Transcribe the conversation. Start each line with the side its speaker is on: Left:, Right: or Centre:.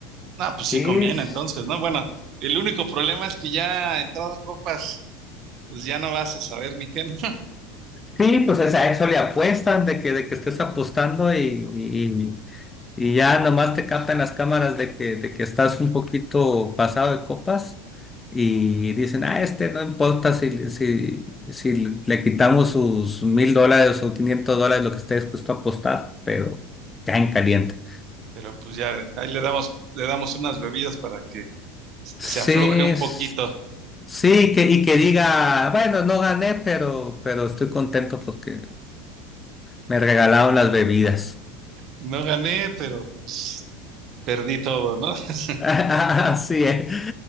Right: Ah, pues sí
Left: Sí,
Right: conviene entonces, ¿no? Bueno, el único problema es que ya entrado en copas, pues ya no vas a saber ni qué. ¿no?
Left: sí, pues o sea, a eso le apuestan de que, de que estés apostando y, y- y ya nomás te captan las cámaras de que, de que estás un poquito pasado de copas y dicen, ah, este no importa si, si, si le quitamos sus mil dólares o 500 dólares, lo que esté dispuesto a apostar, pero ya en caliente.
Right: Pero pues ya, ahí le damos, le damos unas bebidas para que se
Left: Sí,
Right: afloje un
Left: s-
Right: poquito.
Left: sí, que, y que diga, bueno, no gané, pero, pero estoy contento porque me regalaron las bebidas.
Right: No gané, pero pues, perdí todo, ¿no? <laughs>
Left: <laughs> Así es.